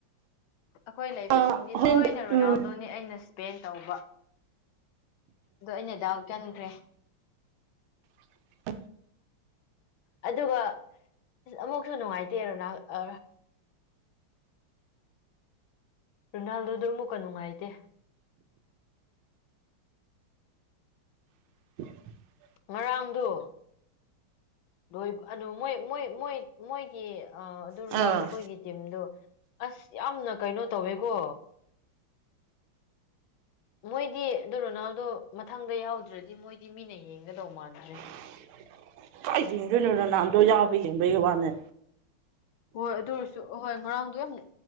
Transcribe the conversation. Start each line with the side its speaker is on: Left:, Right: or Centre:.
Left: ꯑꯈꯣꯏ ꯂꯩꯕꯁꯤꯡꯗꯤ
Right: ꯑꯥ ꯍꯣꯔꯦꯟꯗꯤ
Left: ꯂꯣꯏꯅ ꯔꯣꯅꯥꯜꯗꯣꯅꯦ
Right: ꯎꯝ
Left: ꯑꯩꯅ ꯁ꯭ꯄꯦꯟ ꯇꯧꯕ ꯗꯣ ꯑꯩꯅ ꯗꯥꯎ ꯆꯟꯈ꯭ꯔꯦ
Right: <unintelligible>
Left: ꯑꯗꯨꯒ ꯑ ꯑꯃꯨꯛꯁꯨ ꯅꯨꯡꯉꯥꯏꯇꯦ ꯔꯣꯅꯥꯜ ꯑ ꯔꯣꯅꯥꯜꯗꯣꯗꯣ ꯑꯃꯨꯛꯀ ꯅꯨꯡꯉꯥꯏꯇꯦ
Right: <unintelligible>
Left: ꯉꯔꯥꯡꯗꯣ ꯂꯣꯏ ꯑꯗꯨ ꯃꯣꯏ ꯃꯣꯏ ꯃꯣꯏ ꯃꯣꯏꯒꯤ ꯑꯗꯨ
Right: ꯑꯥ
Left: ꯔꯣꯅꯥꯜꯗꯣ ꯈꯣꯏꯒꯤ ꯇꯤꯝꯗꯣ ꯑꯁ ꯌꯥꯝꯅ ꯀꯩꯅꯣ ꯇꯧꯋꯦ ꯀꯣ ꯃꯣꯏꯗꯤ ꯑꯗꯨ ꯔꯣꯅꯥꯜꯗꯣ ꯃꯊꯪꯗ ꯌꯥꯎꯗ꯭ꯔꯗꯤ ꯃꯣꯏꯗꯤ ꯃꯤꯅ ꯌꯦꯡꯒꯗꯧ ꯃꯥꯟꯗ꯭ꯔꯦ
Right: <unintelligible> ꯀꯥꯏ ꯌꯦꯡꯗꯣꯏꯅꯣ ꯔꯣꯅꯥꯜꯗꯣ ꯌꯥꯎꯕꯩ ꯌꯦꯡꯕꯩ ꯋꯥꯅꯦ
Left: ꯍꯣꯏ ꯑꯗꯨ ꯑꯣꯏꯔꯁꯨ ꯑꯍꯣꯏ ꯉꯔꯥꯡꯗꯣ ꯌꯥꯝ